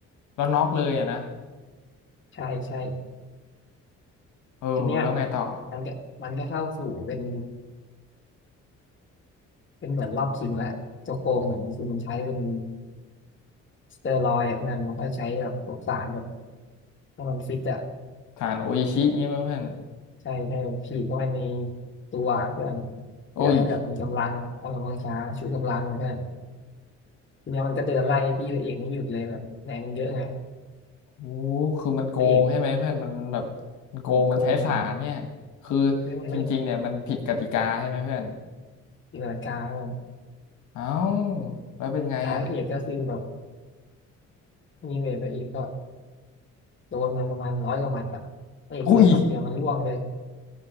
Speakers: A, on the left; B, on the left.
A: แล้วน็อกเลยอะนะ
B: ใช่ใช่
A: เออแล้วไงต่อ
B: ทีเนี้ยมันก็มันก็เข้าสู่เป็นเป็นเหมือนรอบชิงแล้วโจโกงเนี่ยมันคือมันใช้เป็นสเตอรอยด์อะเพื่อนมันก็ใช้แบบพวกสารแบบให้มันฟิตอะ
A: การโออิชิเงี้ยไหมเพื่อน
B: ใช่ใช่ฉีดเข้าไปในตัวเพื่อนเพื่อให้แบบมีกำลังอะกำลังวังชาชูกำลังอะเพื่อน
A: โอ้ย
B: ทีเนี้ยมันก็เดินไล่พี่พระเอกไม่หยุดเลยแบบแรงมันเยอะไง
A: โอ้คือมันโกงใช่ไหมเพื่อนมันมันแบบมันโกงมันใช้สารเนี่ยคือ
B: พระเอกโกงเออมันไม่
A: จริงๆเนี่ยมันผิดกติกาใช่ไหมเพื่อน
B: ตีลังกาแบบ
A: เอ้าแล้วเป็นไงอ่ะ
B: ท้ายพระเอกก็คือแบบนี่เลยพระเอกก็โดนมาประมาณร้อยกว่าหมัดอ่ะพระเอกสวนหมัดเดียวมันล่วงเลย
A: อุ้ย